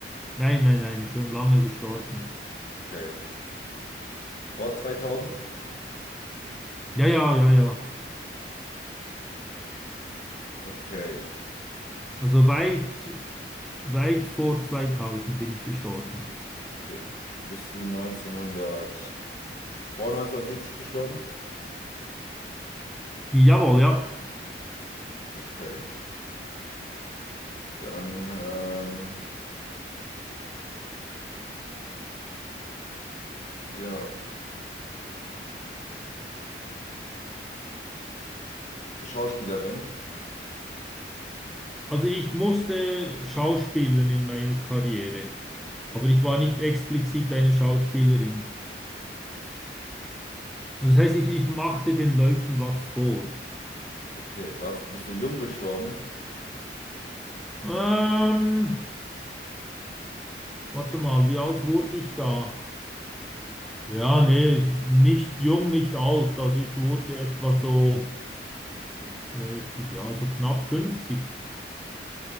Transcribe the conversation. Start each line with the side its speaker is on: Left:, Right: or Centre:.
Centre: Nein, nein, nein, schon lange gestorben.
Left: Okay. Vor 2000?
Centre: Ja, ja, ja, ja.
Left: Okay.
Centre: Also weit, weit vor 2000 bin ich gestorben.
Left: okay. Bist du 1900, vor 1940 gestorben?
Centre: Jawohl, ja.
Left: Okay. Dann, ähm, ja, Schauspielerin.
Centre: Also ich musste schauspielern in meiner Karriere, aber ich war nicht explizit eine Schauspielerin. Also das heißt, ich, ich machte den Leuten was vor.
Left: Okay. Was, bist du jung gestorben?
Centre: Ähm, warte mal, wie alt wurde ich da? Ja, nee, nicht jung, nicht alt. Also ich wurde etwa so, ja, ich, ja, so knapp 50.